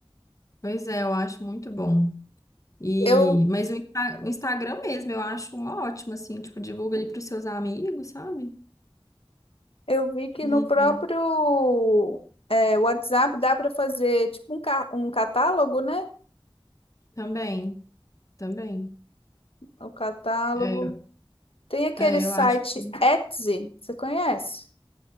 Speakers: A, on the left; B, on the left.
A: Pois é, eu acho muito bom. E,
B: Eu,
A: mas o, Insta- o Instagram mesmo, eu acho uma ótima, assim, tipo, divulga ali para os seus amigos, sabe?
B: eu vi que
A: E
B: no próprio
A: e
B: é, WhatsApp dá para fazer tipo um, ca- um catálogo, né?
A: também, também.
B: O catálogo.
A: É, eu-
B: Tem aquele
A: é,
B: site
A: eu acho que.
B: Etsy, você conhece?